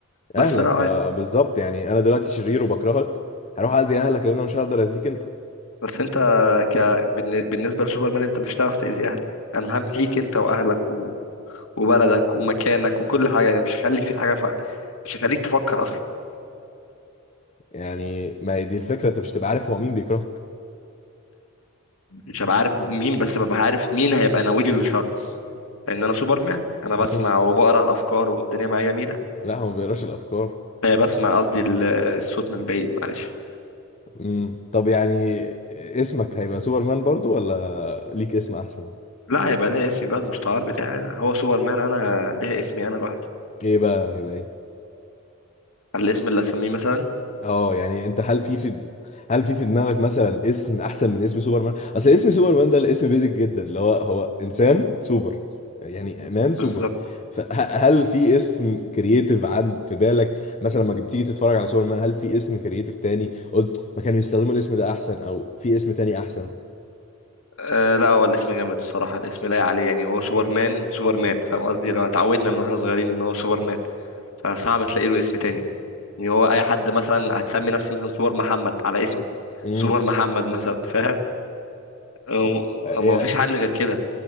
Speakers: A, on the left (about 30°); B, on the left (about 70°).
A: اهلك
B: بس لا عادي
A: آه، بالظبط يعني انا دلوقتي شرير وبكرهك هروح اذي اهلك لان انا مش هقدر اذيك انت
B: بس أنت ك... بالن- بالنسبة لسوبرمان أنت مش هتعرف تأذي أهلي أنا همحيك أنت وأهلك و... وبلدك ومكانك وكل حاجة يعني مش هخلي في حاجة ف... مش هخليك تفكر أصلا
A: يعني ما هي دي الفكره انت مش تبقى عارف هو مين بيكرهك
B: مش هبقى عارف مين بس ببقى عارف مين هيبقى ناوي لي الشر لان انا سوبرمان انا بسمع
A: امم
B: وبقرا الافكار والدنيا معايا جميله
A: لا هو ما بيقراش الافكار
B: لا بسمع قصدي ال- الصوت من بعيد معلش
A: امم طب يعني اسمك هيبقى سوبرمان برضو ولا ليك اسم احسن
B: لا هيبقى ليا اسمي بقى المستعار بتاعي انا هو سوبرمان انا ليا اسمي انا لوحدي
A: ايه بقى هيبقى ايه
B: على الاسم اللي اسميه مثلا
A: اه يعني انت هل في في هل في في دماغك مثلا اسم احسن من اسم سوبرمان اصل اسم سوبرمان ده الاسم بيزك جدا اللي هو هو انسان سوبر يعني مان سوبر
B: بالظبط
A: فهل في اسم كرييتيف عند في بالك مثلا لما بتيجي تتفرج على سوبرمان هل في اسم كرييتيف تاني قلت ما كانوا يستخدموا الاسم ده احسن او في اسم تاني احسن
B: آه لا هو الاسم جامد الصراحه الاسم لايق عليه يعني هو سوبرمان سوبرمان فاهم قصدي لو اتعودنا من واحنا صغيرين ان هو سوبرمان فصعب تلاقي له اسم تاني يعني هو اي حد مثلا هتسمي نفسي مثلا سوبر محمد على اسمي
A: امم
B: سوبر محمد مثلا فاهم أو-
A: <laughs>
B: ما فيش حل غير كده